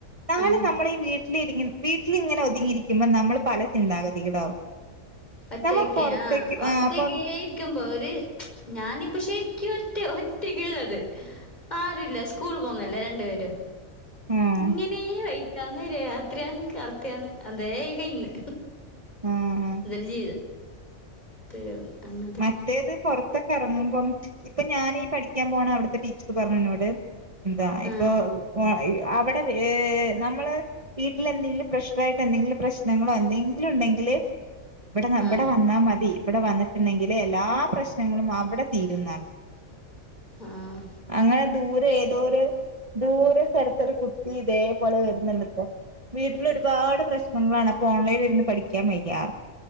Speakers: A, on the right (about 25°); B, on the left (about 30°).
A: നാളെ
B: ആ
A: നമ്മള് ഈ വീട്ടിലിരിങ്ങ- വീട്ടിലിങ്ങനെ- ഒതുങ്ങിയിരിക്കുമ്പോൾ നമ്മൾ പല ചിന്താഗതികളാവും.
B: ഒറ്റക്കാ
A: നമ്മ പൊറത്തേക്ക്
B: ഒറ്റക്കെ
A: ആ പൊറ
B: രിമ്പോ ഒരു, ഞാനിപ്പോ ശരിക്കും ഒറ്റ ഒറ്റക്ക്ള്ളത്. ആരുല്ല സ്കൂൾ പോന്നല്ലേ രണ്ടു പേര്.
A: ആഹ്
B: ഇങ്ങനെ വൈറ്റാന്ന്, രാത്രിയാന്ന്, കറത്തിയാന്ന് അതേ കയിന്ന്.
A: മ്മ്..
B: ഇതല് ജീവിതം, യന്ന് അങ്ങനെ.
A: മറ്റേത് പുറത്തൊക്കെ ഇറങ്ങുമ്പം, ഇപ്പോ ഞാനീ പഠിക്കാൻ പോണ അവിടത്തെ ടീച്ചർ പറഞ്ഞതിനോട്- എന്താ
B: ആ
A: ഇപ്പോ - ഓ അവിടെ നമ്മള് വീട്ടിൽ- എന്തെങ്കിലും പ്രഷർ ആായിട്ട് എന്തെങ്കിലും- പ്രശ്നങ്ങളോ എന്തെങ്കിലും ഉണ്ടെങ്കിൽ ഇവിടെ, ഇവിടെ
B: ആ
A: വന്നാൽ മതി ഇവിടെ വന്ന- ണ്ടെങ്കില് എല്ലാ പ്രശ്നങ്ങളും അവിടെ തീരുന്നർ
B: ആഹ്
A: അങ്ങനെ ദൂരെ ഏതോരു ദൂരെ സ്ഥലത്തൊരു കുട്ടി ഇതേപോലെ വരുന്നുണ്ടത്രേ വീട്ടിൽ ഒരുപാട് പ്രശ്നങ്ങളാണ് അപ്പൊ ഓൺലൈന് ഇരുന്ന് പഠിക്കാൻ വയ്യാ